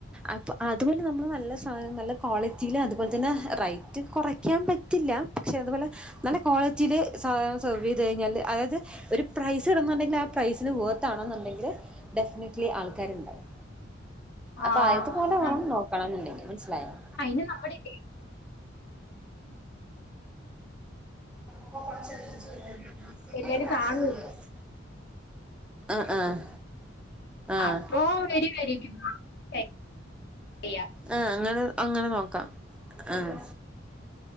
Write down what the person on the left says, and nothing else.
ആഹ്
നമ്മ
അയിന് നമ്മുടെ
എല്ലാരും കാണും
അപ്പോ വെരി വെരി <unintelligible>